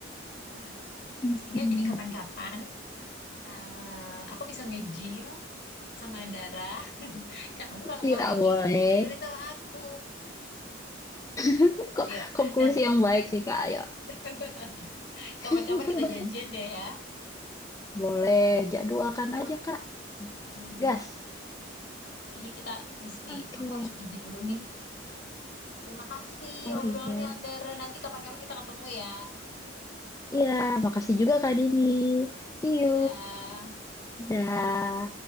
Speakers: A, on the left; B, on the left.
A: Ah,
B: Hmm.
A: mestinya jadi kapan-kapan Ah, aku bisa nge-gym sama Andara. <laughs> Kamu kalau
B: Iya
A: mau hiking,
B: boleh.
A: boleh sama aku.
B: Kan Kok
A: Ayo,
B: konklusi
A: nanti
B: yang baik sih Kak. Ayo
A: <laughs> kapan-kapan
B: <laughs>
A: kita janjian deh ya.
B: boleh jadwalkan
A: Eh,
B: aja Kak.
A: Iya, iya.
B: Gas.
A: Tapi Kayaknya kita mesti,
B: Oke.
A: aku harus pergi dulu nih. Terima kasih
B: Oh
A: obrolannya
B: iya.
A: Andara. Nanti kapan-kapan kita ketemu ya.
B: Iya, makasih juga Kak Dini. See you.
A: Dadah.
B: Dah.